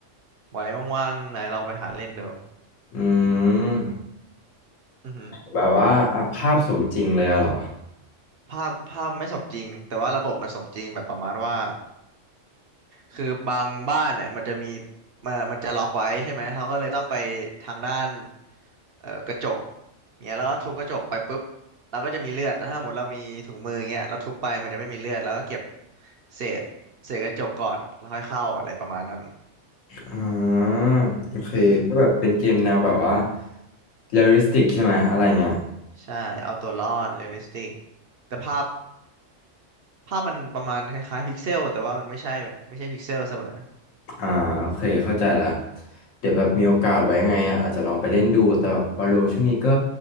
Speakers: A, on the right; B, on the left.
A: ไว้ว่างๆนายลองไปหาเล่นดู
B: อืม
A: อือหือ
B: แบบว่าอัพภาพสมจริงเลยอะเหรอ
A: ภาพภาพไม่สมจริงแต่ว่าระบบมันสมจริงแบบประมาณว่าคือบางบ้านเนี่ยมันจะมีมันมันจะล็อกไว้ใช่ไหมเราก็เลยต้องไปทางด้านเอ่อกระจกเงี้ยแล้วก็ทุบกระจกไปปุ๊บเราก็จะมีเลือดแต่ถ้าหมดเรามีถุงมือเงี้ยเราทุบไปมันจะไม่มีเลือดแล้วก็เก็บเศษเศษกระจกก่อนแล้วค่อยเข้าอะไรประมาณนั้น
B: อ่าโอเคก็แบบเป็นเกมแนวแบบว่า
A: อืม
B: เรียลลิสติกใช่ไหมอะไรเงี้ย
A: ใช่เอาตัวรอดเรียลลิสติกแต่ภาพภาพมันประมาณคล้ายๆพิกเซลแต่ว่ามันไม่ใช่ไม่ใช่พิกเซลเสมอ
B: อ่าโอเคเข้าใจละเดี๋ยวแบบมีโอกาสไว้ยังไงอาจจะลองไปเล่นดูแต่แบบวาโลช่วงนี้ก็